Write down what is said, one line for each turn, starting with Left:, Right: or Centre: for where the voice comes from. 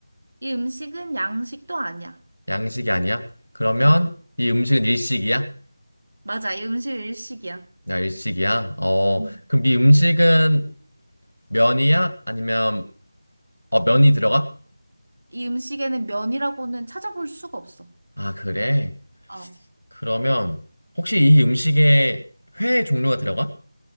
Right: 이 음식은 양식도 아니야.
Left: 양식이 아니야? 그러면
Right: 음.
Left: 이 음식은 일식이야?
Right: 맞아. 이 음식 일식이야.
Left: 야, 일식이야? 어,
Right: 음.
Left: 그럼 이 음식은 면이야? 아니면, 어, 면이 들어가?
Right: 이 음식에는 면이라고는 찾아볼 수가 없어.
Left: 아, 그래?
Right: 어.
Left: 그러면 혹시 이 음식에 회 종류가 들어가?